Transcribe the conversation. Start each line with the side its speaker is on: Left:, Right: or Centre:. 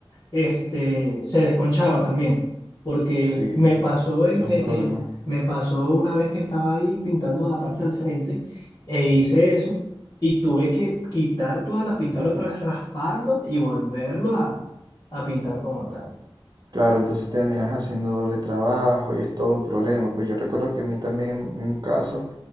Left: este, se desconchaba también, porque
Right: Sí,
Left: me pasó,
Right: sí,
Left: en,
Right: eso es
Left: eh,
Right: un problema.
Left: eh, me pasó una vez que estaba ahí pintando la parte del frente e hice eso y tuve que quitar toda la pintura otra vez, rasparlo y volverlo a, a pintar como tal.
Right: Claro, entonces terminas haciendo doble trabajo y es todo un problema. Pues yo recuerdo que a mí también en un caso